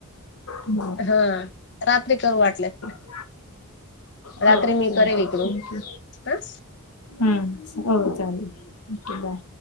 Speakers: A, on the left; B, on the left.
A: हो
B: हां रात्री करू वाटल्यास.
A: हो
B: रात्री
A: चालतय
B: मी करेल
A: थँक्यू.
B: इकडून <unintelligible>
A: हम्म हो सकाळी चालेल थॅंक्यु बाय.